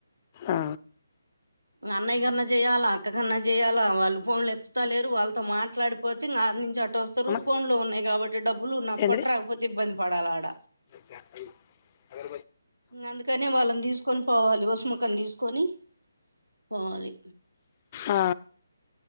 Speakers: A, on the left; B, on the right.
A: ఆ
B: మీ అన్నయ్య కన్న చేయ్యాల అక్క కన్న చేయ్యాల వాళ్ళు ఫోన్లు ఎత్తుతలేరు వాళ్ళతో మాట్లాడిపోతే ఇంగ అట్ నుంచి అటు వస్తారు
A: అమ్మ
B: ఫోన్లో ఉన్నాయి కాబట్టి డబ్బులు నాకు
A: ఏంటిది
B: కొట్ట రాకపోతే ఇబ్బంది పడాల ఆడ
A: <unintelligible>
B: అందుకనే వాళ్ళన్ తీస్కొన్ పోవాలి వసుమక్కని తీస్కొని పోవాలి.
A: ఆ